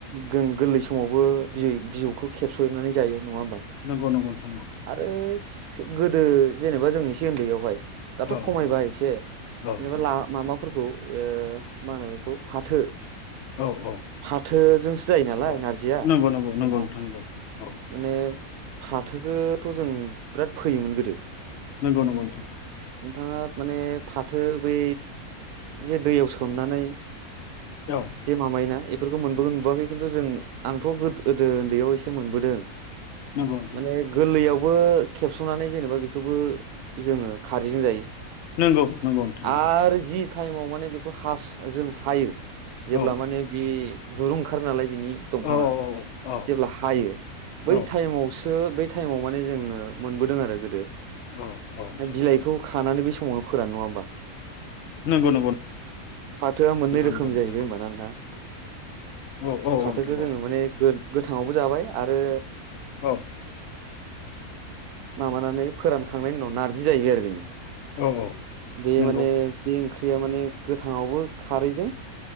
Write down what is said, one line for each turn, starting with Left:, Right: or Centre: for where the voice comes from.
Right: जों गोरलै समावबो बिजौखौ खेबस'नानै जायो। नङा होमबा
Left: नंगौ नंगौ नोंथां। नंगौ
Right: आरो
Left: नंगौ
Right: सि गोदो जेनेबा जोंनि एसे उन्दैयावहाय। दाथ'
Left: औ
Right: खमायबाय
Left: नोंथां
Right: एसे
Left: औ नोंथां
Right: जेनेबा ला माबाफोरखौ। ए मा होनो बेखौ फाथो।
Left: औ औ
Right: फाथोजोंसो जायो नालाय
Left: औ
Right: नारजिया
Left: नंगौ नंगौ
Right: जोंना
Left: नंगौ नोंथां नंगौ औ
Right: माने फाथो बेखौथ' जों बिराद फैयोमोन गोदो
Left: नंगौ नंगौ नोंथां।
Right: नोंथाङा माने फाथो बै जे दैयाव सोमनानै <unintelligible>
Left: औ
Right: बेफोरखौ मोनबोगोन मोनबोआखै खिन्थु जों आंथ' गोदो उन्दैयाव एसे मोनबोदों
Left: नंगौ नोंथां
Right: माने गोरलैयाव बो खेबस'नानै जेनेबा बेखौबो जोङो खारैजों जायो।
Left: नंगौ नंगौ नोंथां नंगौ
Right: आरो जि टाइमाव माने बेखौ हास जों हायो जेब्ला
Left: औ
Right: माने बे दुरुंओंखार नालाय बिनि दंफाङा
Left: औ औ
Right: जेब्ला हायो बै
Left: औ
Right: थायामसो टाइमाव माने जोंनो मोनबोदों आरो गोदो
Left: औ औ नोंथां
Right: बिलाइखौ खानानै बे समावनो फोरान नङा होमबा
Left: नंगौ नंगौ
Right: फाथोआ
Left: नोंथां
Right: मोननै रोखोमनि
Left: नंगौ
Right: जायो
Left: नंगौ
Right: दे होनबा ना नोथां
Left: औ औ
Right: फाथो
Left: नोंथां
Right: जोङो
Left: औ
Right: माने गोद गोथाङावबो जाबाय आरो
Left: औ
Right: माबानानै फोरानखांनायनि उनाव नारजि जाहैबाय आरो बेनो
Left: औ औ
Right: बे
Left: नंगौ
Right: माने ओंख ख्रिया माने गोथांआवबो खारैजों